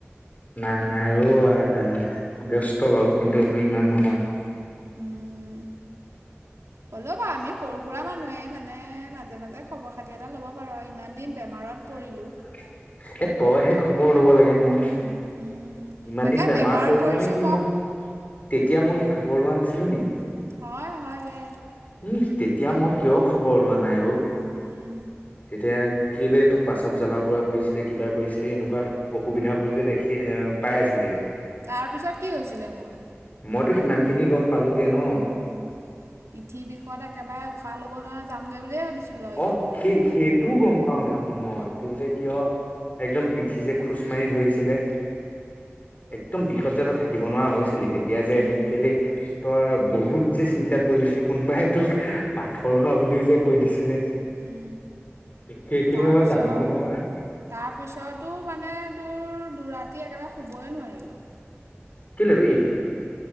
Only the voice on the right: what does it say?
উম হ'লও বা আমি সৰু সুৰা মানুহে মানে মাজে মাজে খবৰ খাতি এটা ল'ব পাৰো ইমান দিন বেমাৰত পৰিলোঁ।
উম, উম,
তাকে
পৰিছোঁ
উম, হয় হয় দে
উম,
তাৰ পিছত কি হৈছিলে মোৰ।
উ
পৃঠি বিষত একেবাৰে উশাহ। উশাহ ল'ব নোৱাৰা যামগৈ বুলিয় ভাবিছিলোঁ। আৰু এই
পৰিলে
উম,
উ
তাৰপিছত
তাৰপিছতো মানে তোৰ দুৰা। ৰাতি একেবাৰে শুবই নোৱাৰিলোঁ